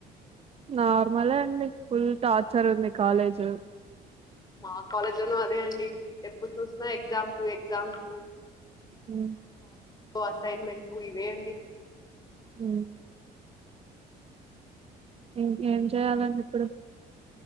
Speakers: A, on the right; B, on the left.
A: నార్మలే అండి ఫుల్ టార్చర్ ఉంది కాలేజ్
B: మా కాలేజ్ లోనూ అదే అండి ఎప్పుడు చూసినా ఎగ్జామ్స్ ఎగ్జామ్స్
A: ఉ
B: జెక్టో అసైన్మెంట్ ఇవే అండి.
A: ఊ ఇంకేం చేయాలండి ఇప్పుడు